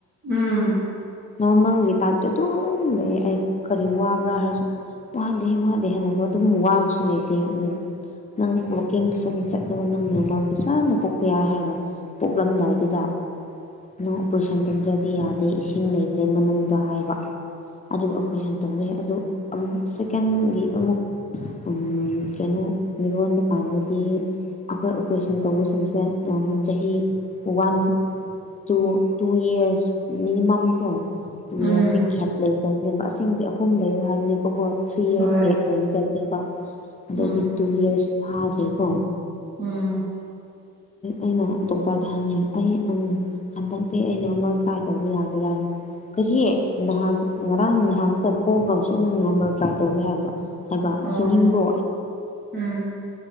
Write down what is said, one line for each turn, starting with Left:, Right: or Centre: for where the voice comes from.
Right: ꯎꯝ
Left: ꯅꯣꯔꯃꯦꯜꯒꯤ ꯇꯥꯏꯞꯇ ꯑꯗꯨꯝ ꯂꯩ ꯑꯩ ꯀꯔꯤ ꯋꯥꯕ꯭ꯔꯥ ꯍꯥꯏꯔꯁꯨ ꯋꯥꯗꯦ ꯋꯥꯗꯦ ꯍꯗꯄ ꯑꯗꯨꯝ ꯋꯥꯕꯁꯨ ꯂꯩꯇꯦ ꯑꯗꯨ ꯅꯪ ꯣꯀꯤꯡ ꯄꯩꯁꯅ ꯆꯠꯂꯣ ꯅꯪ ꯅꯣꯔꯃꯜ ꯄꯩꯁꯥꯅ ꯄꯣꯛꯄ ꯌꯥꯏ ꯍꯥꯏꯔꯕ ꯄꯣꯛꯂꯝꯗꯥꯏꯗꯨꯗ ꯅ ꯑꯣꯄꯔꯦꯁꯟ ꯇꯧꯗ꯭ꯔꯗꯤ ꯌꯥꯗꯦ ꯏꯁꯤꯡ ꯂꯩꯇ꯭ꯔꯦ ꯃꯅꯨꯡꯗ ꯍꯥꯏꯕ ꯑꯗꯨ ꯀꯄꯣꯏꯁꯟ ꯇꯧꯕꯤ ꯌꯥꯏ ꯑꯗꯣ ꯑꯃꯨꯛ ꯁꯦꯀꯦꯟꯒꯤ ꯑꯃꯨꯛ ꯎꯝ ꯀꯩꯅꯣ ꯃꯤꯔꯣꯟꯕ ꯀꯥꯟꯗꯗꯤ ꯑꯩꯈꯣꯏ ꯑꯣꯄꯔꯦꯁꯟ ꯇꯧꯕꯁꯤꯡꯁꯦ ꯌꯥꯝ ꯆꯍꯤ one two two years minimum ꯀꯣ ꯇꯨ
Right: ꯎꯝ
Left: ꯏꯔꯁꯁꯦ ꯦꯞ ꯂꯩꯕꯅꯦ ꯑꯗꯤ ꯑꯍꯨꯝ ꯂꯩꯌꯨ ꯍꯥꯏꯕꯅꯦ ꯕꯣꯠ ꯊ꯭ꯔꯤ ꯌꯔꯁ
Right: ꯍꯣꯏ
Left: ꯒꯞ ꯂꯩꯒꯗꯕꯅꯤꯀꯣ ꯑꯗꯩꯗꯤ
Right: ꯎꯝ
Left: ꯇꯨ ꯌꯔꯁ ꯐꯥꯈ꯭ꯔꯦꯀꯣ
Right: ꯎꯝ
Left: ꯑꯩꯅ ꯗꯣꯛꯇꯔꯗ ꯍꯪꯉ ꯑꯩ ꯑꯃ ꯍꯟꯗꯛꯇꯤ ꯑꯩꯅ ꯑꯃ ꯇ꯭ꯔꯥꯏ ꯇꯧꯕ ꯌꯥꯒꯔꯥꯅꯤ ꯀꯔꯤ ꯅꯍꯥꯟ ꯉꯔꯥꯡ ꯅꯍꯥꯟꯇ ꯄꯣꯛꯑꯒ ꯍꯧꯖꯤꯛ ꯅꯪ ꯅꯣꯡꯃ ꯇ꯭ꯔꯥꯏ ꯇꯧꯒꯦ ꯍꯥꯏꯕ ꯍꯥꯏꯕ
Right: ꯑꯣ
Left: ꯁꯤꯅꯤꯡꯕꯣ
Right: ꯎꯝ